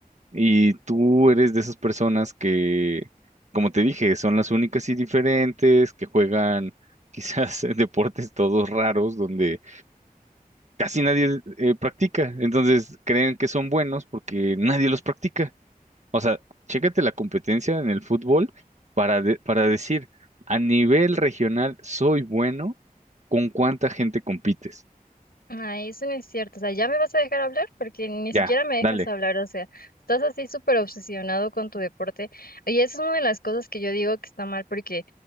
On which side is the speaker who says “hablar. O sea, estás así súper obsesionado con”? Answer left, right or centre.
Left